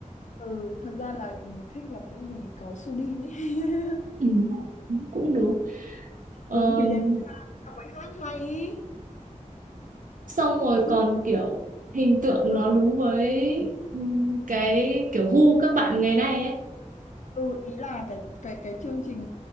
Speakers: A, on the left (about 65°); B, on the right (about 80°).
A: ừ thật ra là thích là cũng vì có Subin ấy <laughs>
B: Ừ, cũng đúng Ờm,
A: ừ vì đẹp trai xong rồi hát hay ý.
B: xong rồi
A: Nhưng
B: còn kiểu hình tượng
A: Ừ,
B: nó đúng với ừm, cái kiểu gu các bạn ngày nay ấy
A: ừ, ý là cái cái cái chương trình